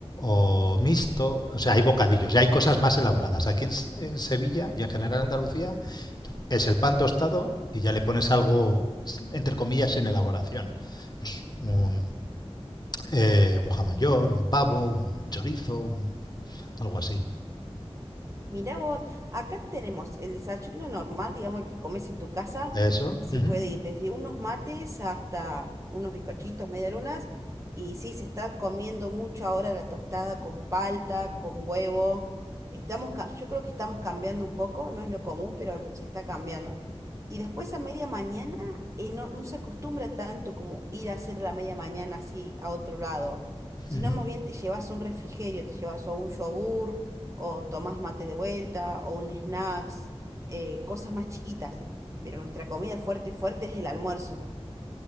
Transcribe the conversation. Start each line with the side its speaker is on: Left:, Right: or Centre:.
Left: o mixto, o sea, hay bocadillos, ya hay cosas más elaboradas. Aquí en, S- en Sevilla y en general en Andalucía es el pan tostado y ya le pones algo, entre comillas, sin elaboración. Pues un, eh, un jamón york, un pavo, un chorizo, un- algo así.
Right: Mirá vos, acá tenemos el desayuno normal, digamos, el que comes en tu casa.
Left: Eso.
Right: Sí,
Left: ujú,
Right: puede ir desde unos mates hasta unos bizcochitos, medialunas. Y sí, se está comiendo mucho ahora la tostada con palta, con huevo. Estamos, ca- yo creo que estamos cambiando un poco, no es lo común, pero se está cambiando. Y después a media mañana, eh, no, no se acostumbra tanto como ir a hacer a la media mañana así a otro lado, sino
Left: ujú.
Right: más bien te llevas un refrigerio, te llevas o un yogur o tomás mate de vuelta, o un snacks, eh, cosas más chiquitas. Pero nuestra comida fuerte, fuerte es el almuerzo.